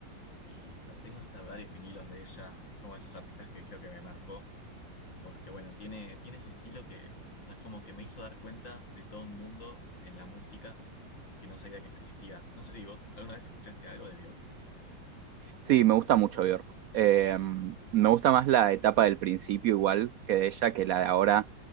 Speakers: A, on the left; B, on the right.
A: y no tengo hasta varios vinilos de ella. Es como esos artistas que creo que me marcó, porque bueno, tiene, tiene ese estilo que, o sea, es como que me hizo dar cuenta de todo un mundo en la música que no sabía que existía. No sé si vos alguna vez escuchaste algo de Björk.
B: Sí, me gusta mucho Björk. Eh, me gusta más la etapa del principio igual que de ella, que la de ahora